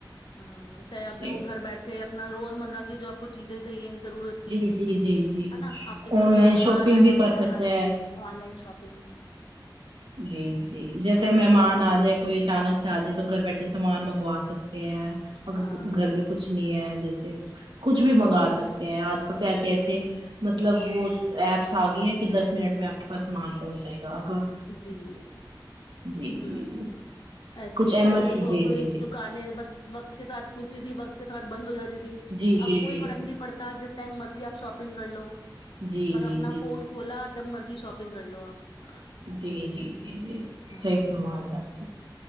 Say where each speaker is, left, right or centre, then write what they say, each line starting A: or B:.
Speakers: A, on the left; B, on the right.
A: ھم چاہے آپ
B: جی
A: دیکھو گھر بیٹھے اپنا روزمرہ کی جو آپ کو چیزیں چاہیے ضرورت
B: جی
A: کی
B: جی جی جی
A: ہے نا آپ کے گھر
B: آن
A: کوئی
B: لائن
A: مہمان
B: شاپنگ
A: آئے
B: بھی
A: ہوئے
B: کر سکتے
A: ہیں ہاں جی آن لائن شاپینگ
B: جی جی جیسے مہمان آ جائے کوئی اچانک سے آ جائے تو گھر بیٹھے سامان منگوا سکتے ہیں ا
A: ہاں
B: گھر پہ کچھ نہیں ہے جیسے کچھ بھی منگا سکتے ہیں آج کل تو ایسے ایسے مطلب وہ ایپس آ گی ہیں کہ دس منٹ میں آپ کے پاس سامان پہنچ جائے گا اگر
A: جی
B: جی
A: ھم
B: جی جی
A: ایسے
B: کچھ
A: ہی ہے
B: احمد
A: پہلے دیکھو
B: جی
A: کوئی
B: جی جی
A: دکانیں بس وقت کے ساتھ کھلتی تھی وقت کے ساتھ بند ہو جاتی تھی
B: جی جی
A: اب
B: جی
A: کوئی فرق نہیں پڑتا جس ٹائم مرضی آپ شاپنگ کر لو
B: جی
A: بس
B: جی جی
A: اپنا فون کھلا جب مرضی شاپنگ کر لو آپ
B: جی جی جی جی
A: ہوں
B: صحیح فرما ہے آپ